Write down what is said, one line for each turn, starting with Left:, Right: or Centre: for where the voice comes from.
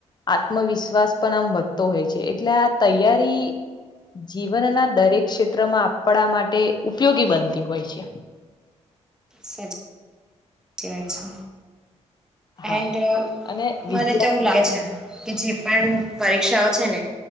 Left: આત્મવિશ્વાસ પણ આમ વધતો હોય છે. એટલે આ તૈયારી જીવનના દરેક ક્ષેત્રમાં આપણા માટે ઉપયોગી બનતી હોય છે.
Centre: સાચી વા છે.
Left: હા
Centre: એન્ડ
Left: અને વિદ્યા
Centre: મને તો લાગે છે કે જે પણ પરીક્ષાઓ છે ને